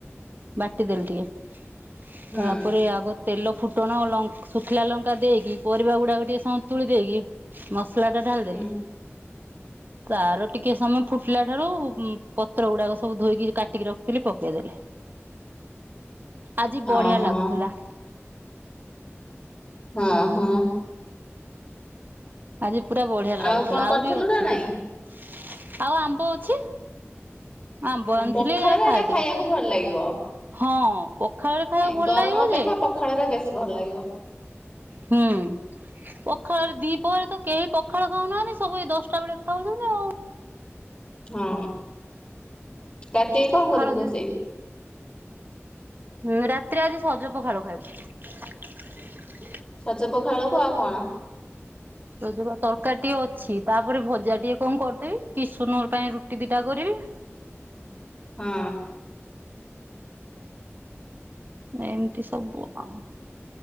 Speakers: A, on the right; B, on the left.
A: ବାଟିଦେଲେ ଟିକେ।
B: ହୁଁ
A: ତାପରେ ଆଗ ତେଲ ଫୁଟଣ ଶୁଖିଲା ଲଙ୍କା ଦେଇକି ପରିବା ଗୁଡ଼ା କୁ ଟିକେ ସନ୍ତୁଳି ଦେଇକି ମସ ସଲା ଟା ଢାଳି
B: ହୁଁ
A: ଦେଲି ତାର ଟିକେ ସମୟ ଫୁଟିଲା ଠାରୁ ପତ୍ର ଗୁଡାକ ସବୁ ଧୋଇକି କାଟିକି ରଖିଥିଲି ପକେଇ ଦେଲି। ଆଜି ବଢିଆ
B: ଓହୋ
A: ଲାଗୁଥିଲା।
B: ହଁ ହଁ।
A: ଆଜି ପୁରା ବଢିଆ ଲାଗୁଥିଲା
B: ଆଉ କଣ କରିଥିଲୁ
A: ଆହୁରି ଅଛି
B: ନା ନାଇଁ
A: ଟିକେ ଆଉ ଆମ୍ବ ଅଛି। ଆମ୍ବ ଆଣିଥିଲି
B: ପଖାଳରେ
A: ଏ
B: ଏଇଟା
A: ଖାଇଦେଲୁ
B: ଖାଇବାକୁ ଭଲ ଲାଗିବ
A: ହଁ। ପଖାଳରେ ଖାଇବାକୁ
B: ନାଇଁ
A: ଭଲ
B: ଗରମ
A: ଲାଗିବ
B: ଅପେକ୍ଷା
A: ଯେ
B: ପଖାଳରେ ବେଶୀ ଭଲ ଲାଗିବ
A: ହୁଁ ପଖାଳରେ ଦି ଉପରେ ତ କେହି ପଖାଳ ଖାଉନାହାନ୍ତି ସବୁ ଦଶଟା ବେଳେ ଖାଉଛନ୍ତି ଆଉ।
B: ହଁ। ରାତିରେ କଣ
A: ପଖାଳ
B: କରିବୁ
A: ହିଁ
B: ରୋଷେଇ?
A: ହୁଁ ରାତିରେ ଆଜି ସଜ ପଖାଳ ଖାଇବୁ।
B: ସଜ ପଖାଳକୁ ଆଉ କଣ?
A: ସଜ ପଖାଳ ତରକାରୀ ଟିକେ ଅଛି ତାପରେ ଭଜା ଟିକେ କଣ କରିଦେବି କିଶନ ପାଇଁ ରୁଟି ଦିଟା କରିବି।
B: ହଁ
A: ଏମିତି ସବୁ ଆ